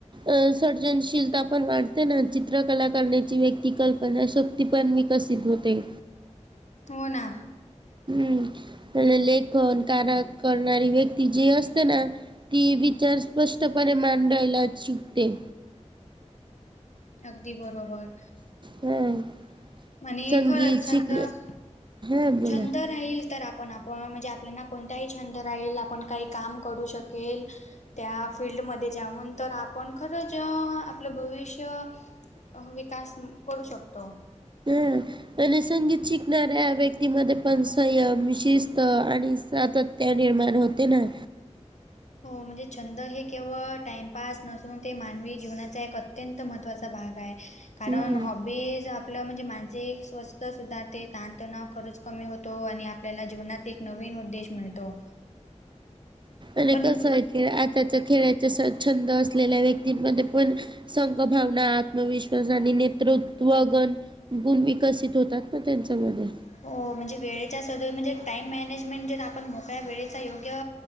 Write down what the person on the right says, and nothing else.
अ.. सर्जनशीलता पण वाढते ना, चित्रकला करण्याची व्यक्ती कल्पनाश- क्ती पण विकसित होते.
हम्म, लेखन, कान करणारी व्यक्ती जी असते ना- ती विचार स्पष्टपणे मांडायला शिकते.
हं,
चांगली
शिकण- हां बोला.
हं. आणि संगीत शिकणाऱ्या व्यक्तीमध्ये पण, संयम, शिस्त आणि सातत- त्य निर्माण होते ना.
हं.
आणि
कसं आहे, खेळ आताच्या खेळाचा छंद असलेल्या व्यक्तींमध्ये पण- संगभावना, आत्मविश्वास आणि नेतृत्वगण- गुण विकसित होतात ना, त्यांच्या मधे.